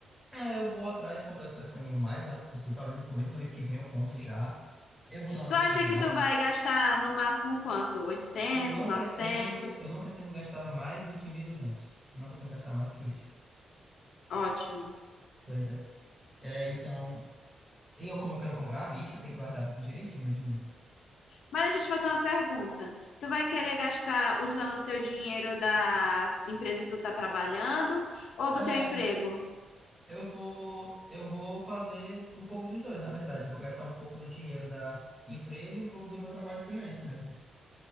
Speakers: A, in the centre; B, on the left.
A: é, eu vou atrás de comprar esse telefoninho o mais rápido possível. Talvez no começo do mês que vem eu compre já. Eu vou dar uma
B: Tu
A: pesquisada.
B: acha que tu vai gastar no máximo quanto? Oitocentos,
A: Eu não
B: novecentos?
A: pretendo, eu não pretendo gastar mais do que 1.200. Não pretendo gastar mais do que isso.
B: Ótimo.
A: Pois é. É, então, eu como eu quero comprar à vista, tenho que guardar direitinho meu dinheiro.
B: Mas deixa eu te fazer uma pergunta. Tu vai querer gastar usando o teu dinheiro da empresa que tu tá trabalhando ou
A: É,
B: do teu emprego?
A: eu vou, eu vou fazer um pouco dos dois, na verdade. Eu vou gastar um pouco do dinheiro da empresa e um pouco do meu trabalho freelance mesmo.